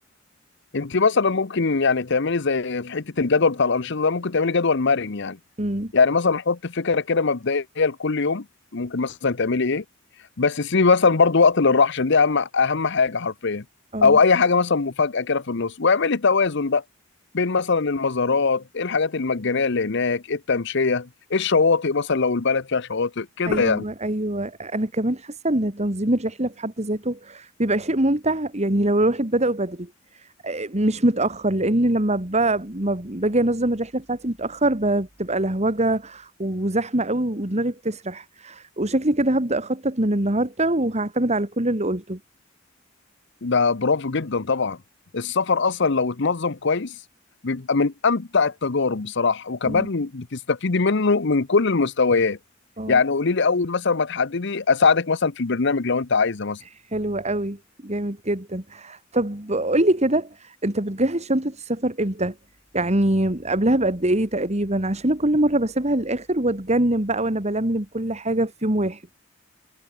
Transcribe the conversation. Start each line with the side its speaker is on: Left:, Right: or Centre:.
Left: انت مثلا ممكن يعني تعملي زي في حته الجدول بتاع الانشطه ده ممكن تعملي جدول مرن يعني
Right: امم
Left: يعني مثلا حط فكره كده مبدئيه لكل يوم ممكن مثلا تعملي ايه بس سيبي مثلا برضو وقت للراحه عشان دي اهم اهم حاجه حرفيا
Right: اه
Left: او اي حاجه مثلا مفاجاه كده في النص واعملي توازن بقى بين مثلا المزارات إيه الحاجات المجانيه اللي هناك إيه التمشيه إيه الشواطئ مثلا لو البلد فيها شواطئ كده
Right: ايوه
Left: يعني
Right: ايوه انا كمان حاسه ان تنظيم الرحله في حد ذاته بيبقى شيء ممتع يعني لو الواحد بدأه بدري مش متأخر لأن لما ب... ما باجي أنظم الرحلة بتاعتي متأخر ب... بتبقى لهوجة وزحمة قوي ودماغي بتسرح وشكلي كده هبدأ أخطط من النهاردة وهعتمد على كل اللي قلته
Left: ده برافو جدا طبعا السفر اصلا لو اتنظم كويس بيبقى من امتع التجارب بصراحه وكمان
Right: مم.
Left: بتستفيدي منه من كل المستويات
Right: اه
Left: يعني قولي لي اول مثلا ما تحددي اساعدك مثلا في البرنامج لو انت عايزه مثلا
Right: حلو قوي جامد جدا طب قولي كده أنت بتجهز شنطة السفر إمتى؟ يعني قبلها بقد إيه تقريبا عشان أنا كل مرة بسيبها للآخر وأتجنن بقى وأنا بلملم كل حاجة في يوم واحد